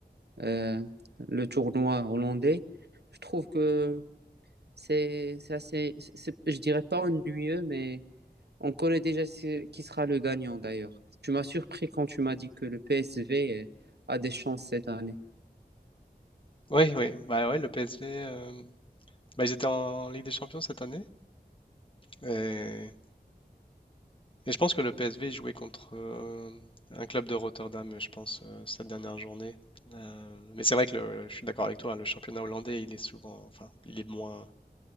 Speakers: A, on the right; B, on the left.
A: euh, le tournoi hollandais. Je trouve que c'est c'est assez, c'est- je dirais pas ennuyeux, mais On connaît déjà ce- qui sera le gagnant d'ailleurs. Tu m'as surpris quand tu m'as dit que le PSV euh, a des chances cette année.
B: Oui, oui. Bah ouais, le PSV, euh, bah, ils étaient en Ligue des Champions cette année. Et Et je pense que le PSV jouait contre euh, un club de Rotterdam, je pense, euh, cette dernière journée. Euh, mais c'est vrai que le- je suis d'accord avec toi, hein, le championnat hollandais, il est souvent, enfin, il est moins,